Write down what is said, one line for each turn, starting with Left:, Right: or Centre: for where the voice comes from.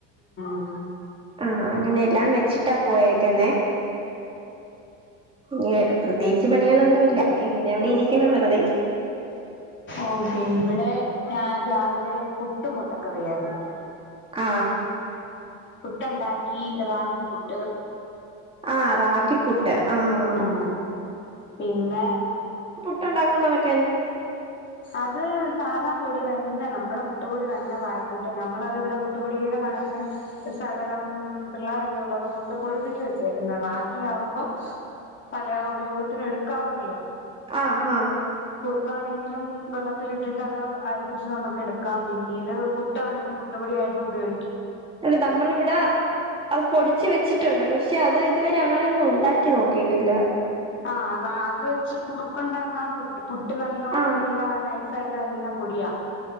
Left: ആ
Right: ആ ആ അങ്ങനെഎല്ലാം വെച്ചിട്ടാ പോയേക്ക്ന്നേ ഞാൻ പ്രത്യേയിച്ച് പണികളൊന്നുല്ല ഇങ്ങനെ ഇവിടെ ഇരിക്കണം വെറുതെ
Left: ഓക്കേ ഇവിടെ ഞാൻ രാവിലെ പുട്ടും മൊട്ടക്കറിയായിരുന്നു
Right: ആ
Left: പുട്ട് ഇണ്ടാക്കി റാഗി പുട്ട്
Right: ആ റാഗിപ്പുട്ട് ആഹ്
Left: ആ പിന്നെ
Right: ട്ടുണ്ടാക്കുന്നവൻ
Left: അത് സാധാ പൊടി ത പിന്നെ നമ്മടെ പുട്ടുപൊടി തന്നെ പായ്ക്കറ്റ് നമ്മളതിവിടെ പുട്ടുപൊടിയുടെ കണക്കിന് ശകലം പിള്ളേരൊക്കെ ഒള്ളത് കൊണ്ട് പൊടിപ്പിച്ച് വെച്ചേക്ക്ന്ന റാഗി ആകുമ്പം പല ഉപയോഗത്തിനും എടുക്കാവല്ലോ
Right: ആ ഹാ
Left: ക്കാണെങ്കിലും വെള്ളത്തിലിട്ടിട്ട് അത് അരിപ്പിച്ച് നമ്മക്ക് എടുക്കാം പിന്നീട് പുട്ടാണേലും പുട്ടുപൊടിയായിട്ടു ഉപയോ
Right: അല്ല നമ്മളിവിടെ അത് പൊടിച്ച് വെച്ച് ട്ടുണ്ട് പക്ഷെ അത് ഇതുവരെ അങ്ങനെയൊന്നും ഉണ്ടാക്കി നോക്കിയിട്ടില്ല
Left: ആ റാ അത് വെച്ച് കുറുക്ക്ണ്ടാക്കാം പറ്റും പുട്ട് നല്ലോണം
Right: ആഹ്
Left: നല്ലാ നൈസ് സായിട്ട് തന്നെ പൊടിയാ